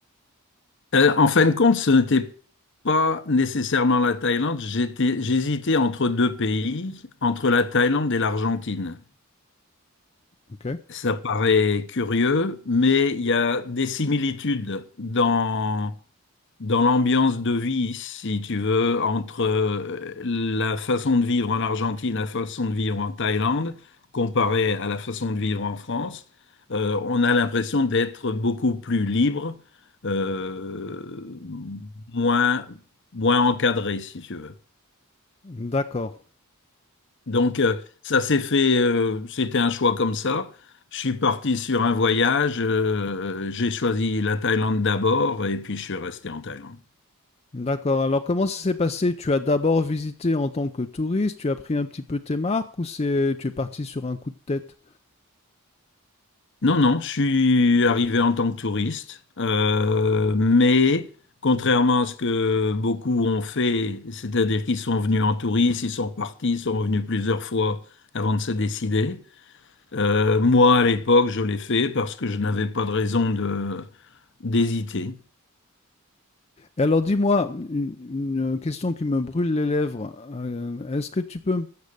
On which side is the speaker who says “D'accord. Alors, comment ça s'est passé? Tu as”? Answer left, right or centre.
Left